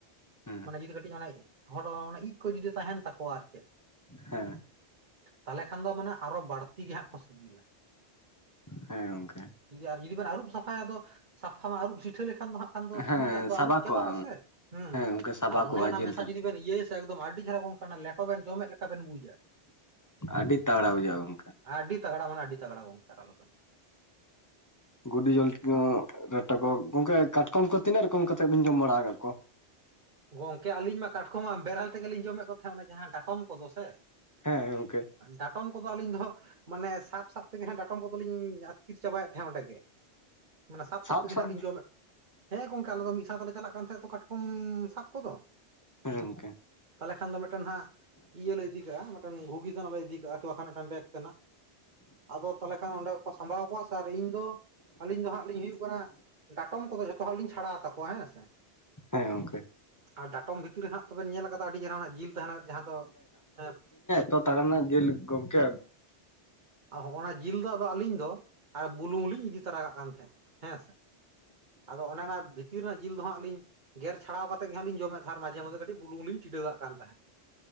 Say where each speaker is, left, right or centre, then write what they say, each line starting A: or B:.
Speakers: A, on the left; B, on the right.
A: ᱦᱮᱸ
B: ᱢᱟᱱᱮ ᱡᱩᱫᱤ ᱠᱟᱹᱴᱤᱡ ᱚᱱᱮ ᱦᱳᱲᱳ ᱤᱡ ᱠᱚ ᱡᱩᱫᱤ ᱛᱟᱦᱮᱱ ᱛᱟᱠᱚᱣᱟ ᱟᱨ ᱪᱮᱫ
A: ᱦᱮᱸ
B: ᱛᱟᱦᱚᱞᱮ ᱠᱷᱟᱱ ᱫᱚ ᱟᱨᱚ ᱵᱟᱹᱲᱛᱤ ᱜᱮ ᱦᱟᱸᱜ ᱠᱚ ᱥᱤᱵᱤᱞᱟ
A: ᱦᱮᱸ ᱜᱚᱝᱠᱮ
B: ᱟᱨ ᱡᱩᱫᱤ ᱵᱮᱱ ᱟᱹᱨᱩᱵ ᱥᱟᱯᱷᱟᱭᱟ ᱟᱫᱚ ᱥᱟᱯᱷᱟ ᱢᱟ ᱟᱹᱨᱩᱵ ᱥᱤᱴᱷᱟᱹ ᱞᱮᱠᱷᱟᱱ ᱫᱚ ᱦᱟᱸᱜ ᱫᱚ ᱥᱤᱵᱤᱞ
A: ᱦᱮᱸ
B: ᱴᱟᱜ ᱫᱚ
A: ᱥᱟᱵᱟ
B: ᱟᱹᱨᱩᱵ ᱪᱟᱵᱟᱜ
A: ᱠᱚᱜᱼᱟ
B: ᱟᱥᱮ ᱦᱮᱸ
A: ᱜᱚᱝᱠᱮ ᱥᱟᱵᱟ
B: ᱟᱨ ᱚᱱᱮ
A: ᱠᱚᱜᱼᱟ
B: ᱚᱱᱟ
A: ᱡᱤᱞ
B: ᱢᱮᱥᱟ
A: ᱫᱚ
B: ᱡᱩᱫᱤ ᱵᱮᱱ ᱤᱭᱟᱹᱭᱟ ᱥᱮ ᱮᱠᱫᱚᱢ ᱟᱹᱰᱤ ᱪᱮᱦᱨᱟ ᱜᱚᱢᱠᱮ ᱚᱱᱟ ᱞᱮᱴᱚ ᱵᱮᱱ ᱡᱚᱢᱮᱫ ᱞᱮᱠᱟ ᱵᱮᱱ ᱵᱩᱡᱟ᱾
A: ᱟᱹᱰᱤ ᱛᱟᱜᱲᱟ ᱵᱩᱡᱷᱟᱹᱜᱼᱟ ᱜᱚᱝᱠᱮ
B: ᱟᱹᱰᱤ ᱛᱟᱜᱲᱟ ᱢᱟᱱᱮ ᱟᱹᱰᱤ ᱛᱟᱜᱲᱟ ᱜᱚᱢᱠᱮ ᱟᱨ ᱟᱞᱚ ᱵᱮᱱ ᱞᱟ. ᱭᱟ᱾
A: ᱜᱩᱰᱤ ᱡᱚᱞ ᱨᱮᱴᱚ ᱠᱚ ᱜᱚᱝᱠᱮ ᱠᱟᱴᱠᱚᱢ ᱠᱚ ᱛᱤᱱᱟᱹᱜ ᱨᱚᱠᱚᱢ ᱠᱟᱛᱮᱫ ᱵᱤᱱ ᱡᱚᱢ ᱵᱟᱲᱟ ᱟᱠᱟᱜ ᱠᱚᱣᱟ?
B: ᱜᱚᱝᱠᱮ ᱟᱹᱞᱤᱧ ᱢᱟ ᱠᱟᱴᱠᱚᱢ ᱢᱟ ᱵᱮᱨᱮᱞ ᱛᱮᱜᱮᱞᱤᱧ ᱡᱚᱢᱮᱫ ᱠᱚ ᱛᱟᱦᱮᱸ ᱚᱱᱮ ᱡᱟᱦᱟᱸ ᱰᱟᱴᱚᱢ ᱠᱚᱫᱚ ᱥᱮ
A: ᱦᱮᱸ ᱜᱚᱢᱠᱮ
B: ᱰᱟᱴᱚᱢ ᱠᱚᱫᱚ ᱟᱹᱞᱤᱧ ᱫᱚ ᱢᱟᱱᱮ ᱥᱟᱵ-ᱥᱟᱵ ᱛᱮᱜᱮ ᱦᱟᱜ ᱰᱟᱴᱚᱢ ᱰᱟᱴᱚᱢ ᱠᱚᱫᱚᱞᱤᱧ ᱟᱹᱛᱠᱤᱨ ᱪᱟᱵᱟᱭᱮᱫ ᱛᱟᱦᱮᱸᱫᱟ ᱚᱸᱰᱮ ᱜᱮ ᱢᱟᱱᱮ ᱥᱟᱵ-ᱥᱟᱵ
A: ᱥᱟᱵ
B: ᱛᱮᱜᱮ
A: ᱥᱟᱵ
B: ᱦᱟᱸᱜ ᱞᱤᱧ ᱡᱚᱢᱮᱫ ᱦᱮᱸ ᱜᱚᱢᱠᱮ ᱟᱞᱮ ᱫᱚ ᱢᱤᱫ ᱥᱟᱶ ᱛᱮᱞᱮ ᱪᱟᱞᱟᱜ ᱠᱟᱱ ᱛᱟᱦᱮᱸᱫ ᱛᱚ ᱠᱟᱴᱠᱚᱢ ᱥᱟᱵ ᱠᱚᱫᱚ
A: ᱦᱮᱸ ᱜᱚᱝᱠᱮ
B: ᱛᱟᱦᱚᱞᱮ ᱠᱷᱟᱱ ᱫᱚ ᱢᱤᱫᱴᱮᱱ ᱦᱟᱸᱜ ᱤᱭᱟᱹ ᱞᱮ ᱤᱫᱤ ᱠᱟᱜᱼᱟ ᱢᱤᱫᱴᱮᱱ ᱜᱷᱩᱜᱤ ᱛᱮᱱᱟᱜ ᱞᱮ ᱤᱫᱤ ᱠᱟᱜᱼᱟ ᱛᱚ ᱵᱟᱠᱷᱟᱱ ᱢᱤᱫᱴᱮᱱ ᱵᱮᱜᱽ ᱛᱟᱱᱟᱜ ᱟᱫᱚ ᱛᱟᱦᱚᱞᱮ ᱠᱷᱟᱱ ᱚᱸᱰᱮ ᱠᱚ ᱥᱟᱢᱵᱟᱣ ᱠᱚᱣᱟ ᱥᱮ ᱟᱨ ᱤᱧ ᱫᱚ ᱟᱹᱞᱤᱧ ᱫᱚ ᱦᱟᱸᱜ ᱞᱤᱧ ᱦᱩᱭᱩᱜ ᱠᱟᱱᱟ ᱰᱟᱴᱚᱢ ᱠᱚᱫᱚ ᱡᱷᱚᱛᱚ ᱦᱟᱜ ᱞᱤᱧ ᱪᱷᱟᱲᱟᱣ ᱛᱟᱠᱚᱣᱟ ᱦᱮᱸ ᱥᱮ
A: ᱦᱮᱸ ᱜᱚᱝᱠᱮ
B: ᱟᱨ ᱰᱟᱴᱚᱢ ᱵᱷᱤᱛᱤᱨ ᱨᱮ ᱦᱟᱸᱜ ᱛᱚᱵᱮᱱ ᱧᱮᱞ ᱠᱟᱫᱟ ᱟᱹᱰᱤ ᱪᱮᱦᱨᱟ ᱚᱱᱟ ᱡᱤᱞ ᱛᱟᱦᱮᱱᱟ ᱡᱟᱦᱟᱸ ᱫᱚ ᱮ
A: ᱛᱚ ᱛᱟᱞᱟ ᱨᱮᱱᱟᱜ ᱡᱤᱞ ᱜᱚᱢᱠᱮ
B: ᱱᱚᱜᱼ ᱚᱱᱟ ᱡᱤᱞ ᱫᱚ ᱟᱫᱚ ᱟᱹᱞᱤᱧ ᱫᱚ ᱵᱩᱞᱩᱝ ᱞᱤᱧ ᱤᱫᱤ ᱛᱚᱨᱟ ᱠᱟᱜ ᱠᱟᱱ ᱛᱟᱦᱮᱸᱫ ᱦᱮᱸᱥᱮ ᱟᱫᱚ ᱚᱱᱮ ᱚᱱᱟ ᱵᱷᱤᱛᱤᱨ ᱨᱮᱱᱟᱜ ᱡᱤᱞ ᱫᱚ ᱦᱟᱸᱜ ᱞᱤᱧ ᱜᱮᱨ ᱪᱷᱟᱲᱟᱣ ᱛᱮ ᱜᱮ ᱦᱟᱸᱜ ᱞᱤᱧ ᱡᱚᱢᱮᱫ ᱛᱟᱦᱮᱫ ᱟᱨ ᱢᱟᱡᱷᱮᱼᱢᱚᱡᱷᱮ ᱠᱟᱹᱴᱤᱡ ᱵᱩᱞᱩᱝ ᱞᱤᱧ ᱴᱤᱰᱟᱹᱜᱟᱜ ᱠᱟᱱ ᱛᱟᱦᱮᱸᱫ